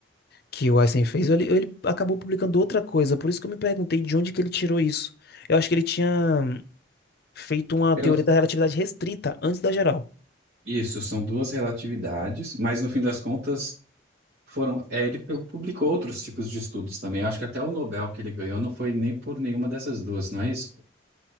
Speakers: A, on the left; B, on the right.
A: que o Einstein fez, ele, ele acabou publicando outra coisa. Por isso que eu me perguntei de onde que ele tirou isso. Eu acho que ele tinha feito uma
B: Eu-
A: teoria da relatividade restrita antes da geral.
B: isso, são duas relatividades, mas no fim das contas Foram, é, ele pu- publicou outros tipos de estudos também. Eu acho que até o Nobel que ele ganhou não foi nem por nenhuma dessas duas, não é isso?